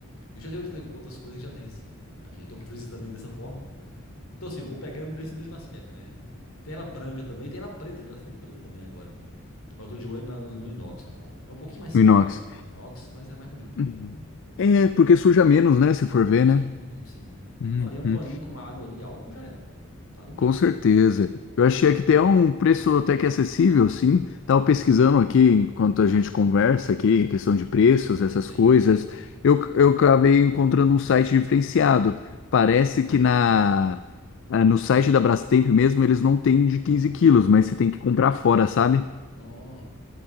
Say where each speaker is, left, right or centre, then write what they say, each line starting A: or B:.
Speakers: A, on the left (about 80°); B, on the left (about 60°).
A: Eu já tenho outra- outras coisas que já tem, assim. Aqui, eu tenho um freezer também dessa forma. Então, assim, eu vou pegando nesse mesmo aspecto, né? Tem ela branca também, tem ela preta, engraçado, tem preta também agora. Mas eu tô de olho na- no, no inox normal. É um pouquinho mais
B: O
A: cara
B: inox.
A: a a inox, mas é mais bonita também,
B: Uhum.
A: viu?
B: É, porque suja menos, né? Se for ver, né?
A: Sim, sim.
B: Uhum.
A: Não, ali é um paninho com água ali, álcool já era. Tá limpinha.
B: Com certeza. Eu achei que tem um preço até que acessível, sim. Estava pesquisando aqui enquanto a gente conversa aqui, questão de preços, essas
A: Sim.
B: coisas. Eu, eu acabei encontrando um site diferenciado. Parece que na, ah, no site da Brastemp mesmo eles não têm de 15 quilos, mas você tem que comprar fora, sabe?
A: Nó.